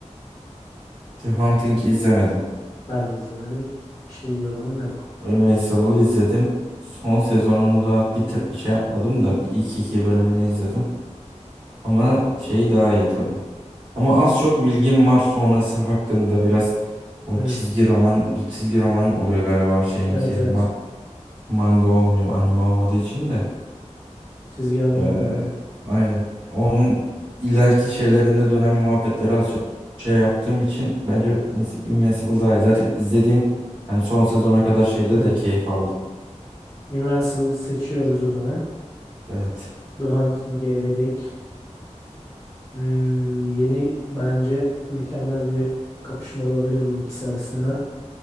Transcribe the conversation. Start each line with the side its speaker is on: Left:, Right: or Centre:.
Right: The Hunting
Left: Hı,
Right: izlemedim.
Left: Ben de izlemedim. Bir şey yorumum yok.
Right: Invincible'ı izledim. Son sezonunu da bir tır- şey yapmadım da bir ilk iki bölümünü izledim. Ama şey daha iyi tabii. Ama az çok bilgim var sonrası hakkında biraz o
Left: Hı,
Right: çizgi roman çizgi roman oluyor galiba şeyinki
Left: Evet
Right: ma-
Left: evet.
Right: manga olmuyor anime olmadığı için de.
Left: Çizgi roman
Right: Ee,
Left: oluyor yani.
Right: aynen. Onun ileriki şeylerinde dönem muhabbetleri az çok şey yaptığım için bence Invis- Invincible daha iyi. Zaten izlediğim hani son sezona kadar şeyde
Left: Evet.
Right: de keyif aldım.
Left: Invincible seçiyoruz o zaman.
Right: Evet.
Left: The Hunting'i eledik. Hmm, yeni bence mükemmel bir kapışma olabilir bu ikisi arasında.